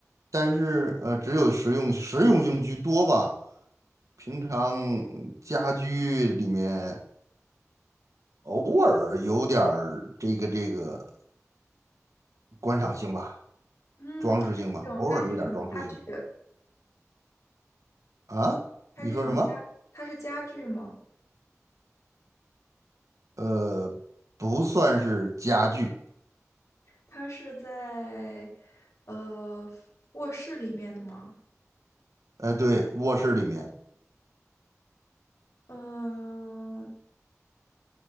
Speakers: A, on the right; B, on the left.
A: 但是呃，只有实用实用性居多吧。平常家居里面偶尔有点儿这个这个观赏性吧，
B: 嗯，
A: 装饰性吧，
B: 它是一种，
A: 偶尔有点儿装饰性
B: 它是一种家具。
A: 啊。
B: 它是一种家，
A: 你说什么？
B: 它是家具吗？
A: 呃，不算是家具。
B: 它是在呃卧室里面的吗？
A: 呃，对，卧室里面
B: 嗯，